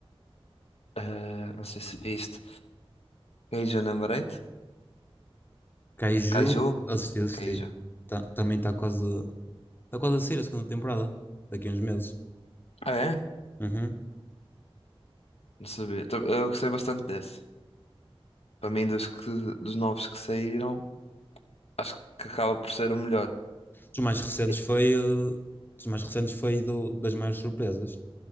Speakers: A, on the left; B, on the left.
A: eh, eh, não sei se viste, Kaiju Number 8?
B: Kaiju,
A: Kaiju?
B: assisti, assisti.
A: Kaiju.
B: Tá- também está quase Está quase a sair a segunda temporada, daqui a uns meses.
A: Ah, é?
B: Uhum.
A: Não sabia. Tam- Eu gostei bastante desse. Para mim, dos, que, dos novos que saíram, acho que acaba por ser o melhor.
B: Dos mais recentes
A: E-
B: foi, eh, dos mais recentes foi do, das maiores surpresas.